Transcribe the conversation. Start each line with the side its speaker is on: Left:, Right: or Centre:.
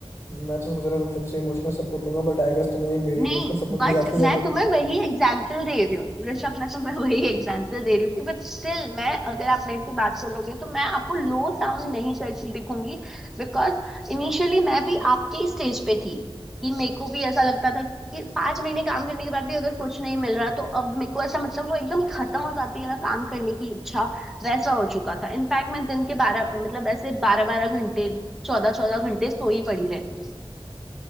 Left: मैं तो सोच रहा था तुमसे इमोशनल सपोर्ट लूंगा बट आई गेस तुम्हें ही मेरी
Centre: नहीं
Left: इमोशनल सपोर्ट
Centre: बट
Left: की ज्यादा
Centre: मैं
Left: जरूरत
Centre: तुम्हें वही एग्जाम्पल दे रही हूँ ऋषभ मैं तुम्हें वही एग्जाम्पल दे रही हूँ कि बट स्टिल मैं अगर आप मेरे से बात करोगे तो मैं आपको लो साउंड नहीं करती दिखूंगी बिकॉज इनिशियली मैं भी आपके स्टेज पे थी कि मेरे को भी ऐसा लगता था कि पांच महीने काम करने के बाद भी अगर कुछ नहीं मिल रहा तो अब मेरे को ऐसा मतलब वो एकदम खत्म हो जाती है ना काम करने की इच्छा वैसा हो चुका था इनफैक्ट मैं दिन के बारह मतलब ऐसे बारह बारह घंटे चौदह चौदह घंटे सोई पड़ी रहती थी